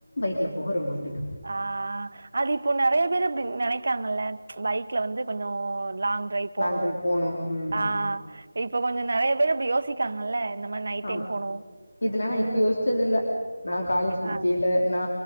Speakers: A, on the left; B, on the right.
A: க்ல போக ரொம்ப பிடிக்
B: ஆஹ் அது இப்போ நறைய பேரு அப்டி நெனைக்காங்கல்ல பைக்ல வந்து கொஞ்சோ லாங் ட்ரைவ் போனு
A: லாங் டிரைவ் போணு ம்
B: ஆஹ் இப்ப கொஞ்சொ நெறய பேர் அப்டி யோசிக்காங்கல்ல இந்த மாரி நைட்
A: ஆமா
B: டைம் போனு
A: இதுல நா
B: ம்
A: இப்ப யோச்சதுல்ல நா காலேஜ் படிக்கைல
B: ஆ
A: நா